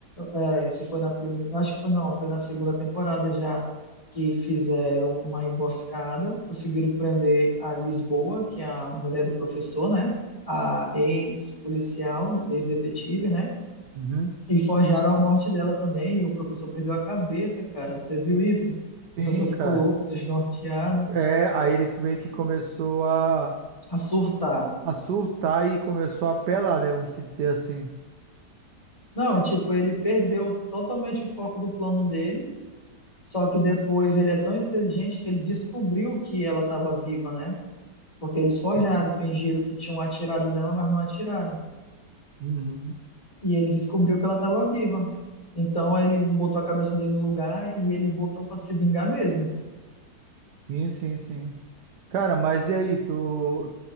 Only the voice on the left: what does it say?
é, se foi na primeira, acho que foi não, foi na segunda temporada já que fizeram uma emboscada, conseguiram prender a Lisboa, que é a mulher do professor, né? A ex-policial, ex-detetive, né?
E forjaram a morte dela também, e o professor perdeu a cabeça, cara. Você viu isso?
O professor ficou
louco, desnorteado,
a surtar.
Não, tipo, ele perdeu totalmente o foco do plano dele Só que depois ele é tão inteligente que ele descobriu que ela estava viva, né? Porque eles forjaram,
fingiram que tinham atirado dela, mas não atiraram.
E ele descobriu que ela estava viva. Então ele botou a cabeça dele no lugar e ele botou para se vingar mesmo.